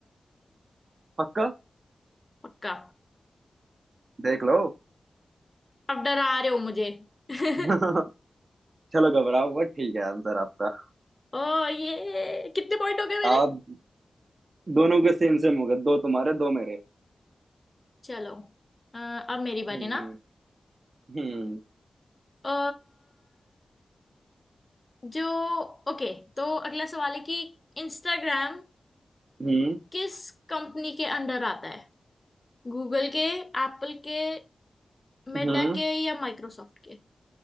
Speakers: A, on the right (about 55°); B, on the left (about 30°).
A: पक्का
B: पक्का
A: देख लो
B: अब डरा रहे हो मुझे <laughs>
A: <laughs> चलो घबराओ मत ठीक है आंसर आपका
B: ओ ये कितने पॉइंट हो गए
A: आप
B: मेरे
A: दोनों के सेम सेम हो गए दो तुम्हारे दो मेरे
B: चलो अ, अब मेरी
A: हम्म
B: बारी ना
A: हम्म
B: अ, जो ओके तो अगला सवाल है कि इंस्टाग्राम
A: हम्म
B: किस कंपनी के अंडर आता है गूगल के एप्पल के मेटा
A: हम्म
B: के या माइक्रोसॉफ्ट के